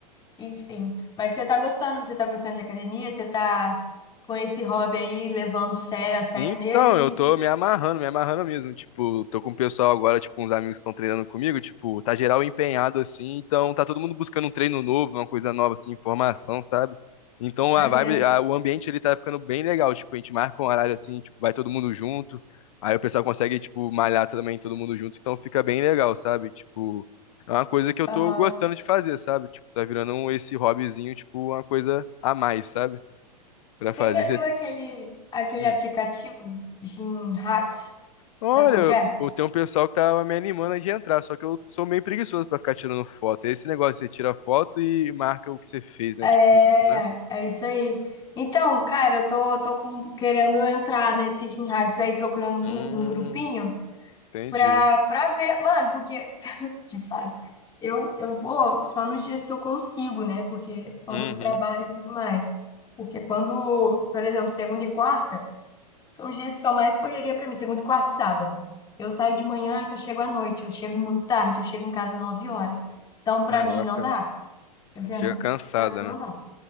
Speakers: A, on the left (about 20°); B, on the left (about 55°).
A: Enfim. Mas você tá gostando? Você tá gostando de academia? Você tá com esse hobby aí levando sério a sério
B: Então,
A: mesmo
B: eu
A: e
B: tô me amarrando, me amarrando mesmo. Tipo, tô com o pessoal agora, tipo, uns amigos que estão treinando comigo, tipo, tá geral empenhado assim, então tá todo mundo buscando um treino novo, uma coisa nova assim, informação, sabe? Então
A: maneiro.
B: a vibe, a- o ambiente ele tá ficando bem legal, tipo, a gente marca um horário assim, tipo, vai todo mundo junto. Aí o pessoal consegue, tipo, malhar também todo mundo junto, então fica bem legal, sabe? Tipo, é uma coisa que eu
A: Aham.
B: tô gostando de fazer, sabe? Tipo, tá virando um- esse hobbyzinho, tipo, uma coisa a mais, sabe? Pra fazer.
A: Você já viu aquele, aquele
B: Hum.
A: aplicativo Gymhats?
B: Olha,
A: Sabe qual
B: eu,
A: que é?
B: eu tenho um pessoal que tava me animando de entrar, só que eu sou meio preguiçoso pra ficar tirando foto. É Esse negócio, você tira foto e marca o que você fez, né?
A: É,
B: Tipo isso, né?
A: é isso aí. Então, cara, eu tô, tô com- querendo entrar nesses Gymhats aí, procurando
B: Hum,
A: gru- um grupinho
B: entendi.
A: pra, pra ver. Mano, porque, de fato, eu, eu vou só nos dias que eu consigo, né? Porque por
B: Uhum.
A: conta do trabalho e tudo mais. Porque quando, por exemplo, segunda e quarta. São os dias que são mais correria para mim, segunda, quarta e sábado. Eu saio de manhã, eu só chego à noite, eu chego muito tarde, eu chego em casa nove horas. Então, para
B: Caraca,
A: mim, não dá. Eu já-
B: chega
A: <laughs>
B: cansada,
A: Pra mim, não
B: né?
A: dá.